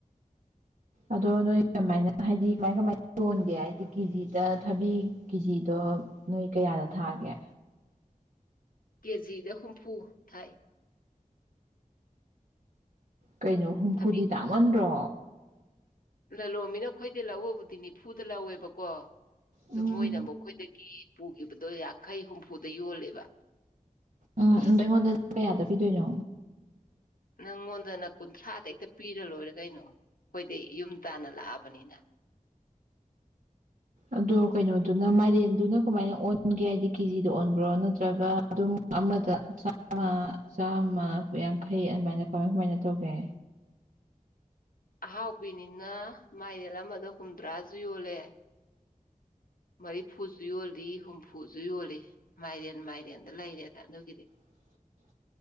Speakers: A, on the right; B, on the left.
A: ꯑꯗꯣ ꯅꯣꯏ ꯀꯃꯥꯏꯅ ꯍꯥꯏꯗꯤ ꯀꯃꯥꯏ ꯀꯃꯥꯏꯅ ꯌꯣꯟꯒꯦ ꯍꯥꯏꯗꯤ ꯀꯦꯖꯤꯗ ꯊꯕꯤ ꯀꯦꯖꯤꯗꯣ ꯗꯣ ꯅꯣꯏ ꯀꯌꯥꯗ ꯊꯥꯒꯦ
B: ꯀꯦꯖꯤꯗ ꯍꯨꯝꯐꯨ ꯊꯥꯏ
A: ꯀꯩꯅꯣ ꯍꯨꯝꯐꯨꯗꯤ
B: ꯊꯕꯤ
A: ꯇꯥꯡꯃꯟꯗ꯭ꯔꯣ
B: ꯂꯂꯣꯟꯕꯤꯅ ꯑꯩꯈꯣꯏꯗꯩ ꯂꯧꯕꯕꯨꯗꯤ ꯅꯤꯐꯨꯗ ꯂꯧꯋꯦꯕꯀꯣ ꯑꯗꯨ
A: ꯎꯝ
B: ꯃꯣꯏꯅ ꯑꯃꯨꯛ ꯑꯈꯣꯏꯗꯒꯤ ꯄꯨꯈꯤꯕꯗꯣ ꯌꯥꯡꯈꯩ ꯍꯨꯝꯐꯨꯗ ꯌꯣꯜꯂꯦꯕ
A: ꯎꯝ ꯑꯗꯣ ꯑꯩꯉꯣꯟꯗꯗꯤ ꯀꯌꯥꯗ ꯄꯤꯗꯣꯏꯅꯣ
B: ꯅꯪꯉꯣꯟꯗꯅ ꯀꯨꯟꯊ꯭ꯔꯥꯗ ꯍꯦꯛꯇ ꯄꯤꯔ ꯂꯣꯏꯔꯦ ꯀꯩꯅꯣ ꯑꯩꯈꯣꯏꯗꯩ ꯌꯨꯝ ꯇꯥꯅ ꯂꯥꯛꯑꯕꯅꯤꯅ
A: ꯑꯗꯣ ꯀꯩꯅꯣꯗꯨꯅ ꯃꯥꯏ ꯌꯦꯟꯗꯨꯅ ꯀꯃꯥꯏꯅ ꯑꯣꯟꯒꯦ ꯍꯥꯏꯗꯤ ꯀꯦꯖꯤꯗ ꯑꯣꯟꯕ꯭ꯔꯣ ꯅꯠꯇ꯭ꯔꯒ ꯑꯗꯨꯝ ꯑꯃꯗ ꯆꯥꯝꯃ ꯆꯥꯝꯃ ꯌꯥꯡꯈꯩ ꯑꯗꯨꯃꯥꯏꯅ ꯀꯃꯥꯏ ꯀꯃꯥꯏꯅ ꯇꯧꯒꯦ
B: ꯑꯍꯥꯎꯕꯤꯅꯤꯅ ꯃꯥꯏꯔꯦꯜ ꯑꯃꯗ ꯍꯨꯝꯗ꯭ꯔꯥꯁꯨ ꯌꯣꯜꯂꯦ ꯃꯔꯤꯐꯨꯁꯨ ꯌꯣꯜꯂꯤ ꯍꯨꯝꯐꯨꯁꯨ ꯌꯣꯜꯂꯤ ꯃꯥꯏꯔꯦꯟ ꯃꯥꯏꯔꯦꯟꯗ ꯂꯩꯔꯦꯗ ꯑꯗꯨꯒꯤꯗꯤ
A: <inaudible>